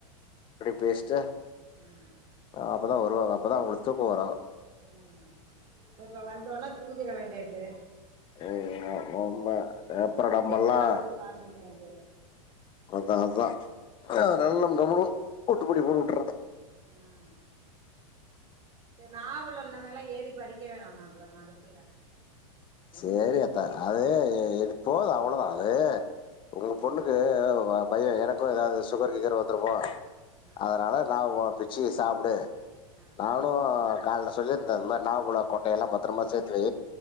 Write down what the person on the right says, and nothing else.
ம்
ம் இப்ப வந்தோனா தூங்கிட வேண்டியது
இல்லாட்டி
தலைவலி வாந்திக்க வேண்டியது
ம்
ம் செரி நாவபழோ இன்னமேலாம் ஏறி பறிக்க வேணாம்மா அப்றோ மரத்
ம்
ஆ
ஆ